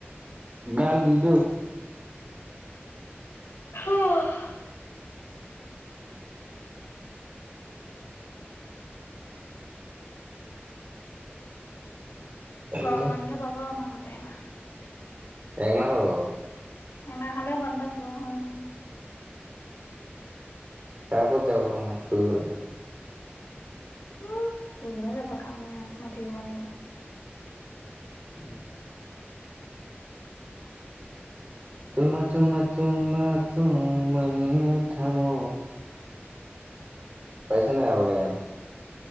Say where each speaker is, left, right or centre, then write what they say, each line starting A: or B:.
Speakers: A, on the right; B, on the left.
A: ম হাল দিনটো
B: আহ
A: হেল্ল'
B: গৰম বন্ধ পাব আমাৰ ম
A: একমাহ হব
B: এমাহ হলে বন্ধ পোৱা উম।
A: তাৰ ক'ত যাব সোমাই ফুৰিবলৈ
B: উ কৰিববেলা যাব কাম নাই আৰু মাতিব লাগিব।
A: প চুমা চুমাু চুমা চুম মিঠা মন, পাইছো নে নাই গাবালে গান?